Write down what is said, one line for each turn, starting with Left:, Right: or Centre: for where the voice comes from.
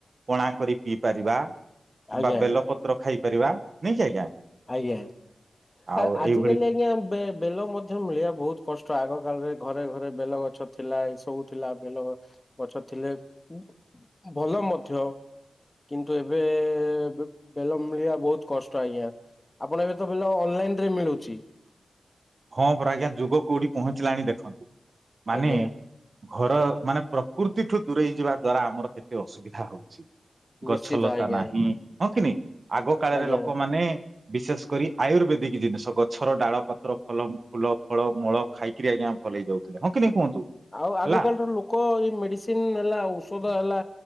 Right: ପଣା କରି ପିଇପାରିବା କିମ୍ବା
Left: ଆଜ୍ଞା
Right: ବେଲପତ୍ର ଖାଇପାରିବା ନାଇଁକି ଆଜ୍ଞା?
Left: ଆଜ୍ଞା
Right: ଆଉ
Left: ଆ ଆଜିକାଲି
Right: ଏଇଭଳି
Left: ଆଜ୍ଞା ବେ ବେଲ ମଧ୍ୟ ମିଳିବା ବହୁତ କଷ୍ଟ ଆଗ କାଳରେ ଘରେ ଘରେ ବେଲ ଗଛ ଥିଲା ଏ ସବୁ ଥିଲା ବେଲ ଗଛ ଥିଲେ ଉଁ ଭଲ ମଧ୍ୟ କିନ୍ତୁ, ଏବେ ବେ-ବେଲ ମିଳିବା ବହୁତ କଷ୍ଟ ଆଜ୍ଞା। ଆପଣ ଏବେ ତ ବେଲ ଅନଲାଇନ୍ ରେ ମିଳୁଚି।
Right: ହଁ ପରା ଆଜ୍ଞା ଯୁଗ କୋଉଠି ପହଞ୍ଚିଲାଣି ଦେଖନ୍ତୁ। ମାନେ
Left: ଆଜ୍ଞା
Right: ଘର ମାନେ ପ୍ରକୃତିଠୁ ଦୂରେଇ ଯିବା ଦ୍ଵାରା ଆମର କେତେ ଅସୁବିଧା ହଉଛି। ଗଛଲତା
Left: ନିଶ୍ଚିତ ଆଜ୍ଞା
Right: ନାହିଁ ହଁ କି ନାହିଁ? ଆଗ କାଳରେ
Left: ଆଜ୍ଞା
Right: ଲୋକମାନେ ବିଶେଷ କରି ଆୟୁର୍ବେଦିକ ଜିନିଷ ଗଛର ଡାଳ ପତ୍ର ଫଲ ଫୁଲ, ଫଳ, ମୂଳ ଖାଇକିରି ଆଜ୍ଞା ଭଲ ହେଇଯାଉଥିଲେ ହଁ କି ନାହିଁ କୁହନ୍ତୁ?
Left: ଆଉ ଆଗ
Right: ହେଲା
Left: କାଳର ଲୋ କ ଏଇ ମେଡିସିନ୍ ନେଲା ଔଷଧ ହେଲା